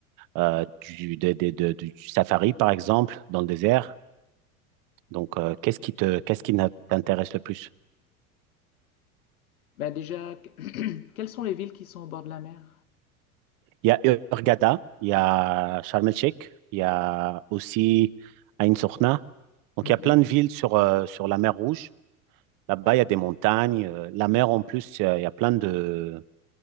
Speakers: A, on the right; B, on the left.
A: euh, du, des- des- de- du safari, par exemple, dans le désert. Donc, euh, qu'est-ce qui te, qu'est-ce qui n'a- t'intéresse le plus?
B: Bah déjà, <clears throat> quelles sont les villes qui sont au bord de la mer?
A: Il y a Hurghada, il y a Sharm el-Sheikh, il y a aussi Ain Sokhna. Donc,
B: Mhm.
A: il y a plein de villes sur, euh, sur la mer Rouge. Là-bas, il y a des montagnes. Euh, La mer, en plus, euh, il y a plein de